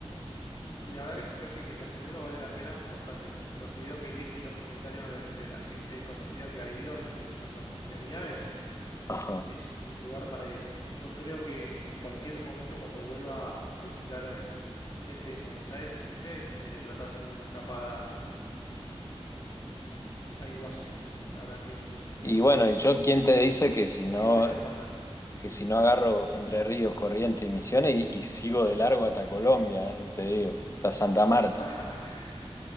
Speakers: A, on the left (about 45°); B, on the left (about 30°).
A: Y la verdad que es un viaje que te aseguro vale la pena por también los videos que he visto y los comentarios de, de la gente conocida que ha ido, incluyendo familia mía, es,
B: Ajá.
A: es un lugar para ir. Yo creo que cualquier momento cuando vuelva a visitar eh, gente en Buenos Aires, voy a tratar de hacerme una escapada a Iguazú. La verdad que es un destino
B: Y bueno,
A: que es
B: y yo,
A: que
B: ¿quién te dice que si
A: no
B: no,
A: quiero dejar pasar.
B: que si no agarro Entre Ríos, Corrientes y Misiones y, y sigo de largo hasta Colombia, eh, te digo, hasta Santa Marta?
A: <laughs>